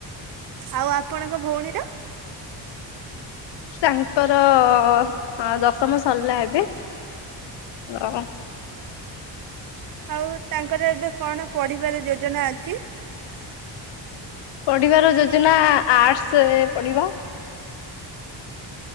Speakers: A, on the right (about 55°); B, on the left (about 70°).
A: ଆଉ ଆପଣଙ୍କ ଭଉଣୀର?
B: ତାଙ୍କର ଅ ଅ ଅ ଦଶମ ସରିଲା ଏବେ ଅ ଅ
A: ଆଉ ତାଙ୍କର ଏବେ କଣ ପଢ଼ିବାରେ ଯୋଜନା ଅଛି।
B: ପଢିବାର ଯୋଜନା ଆର୍ଟସେ ପଢିବ।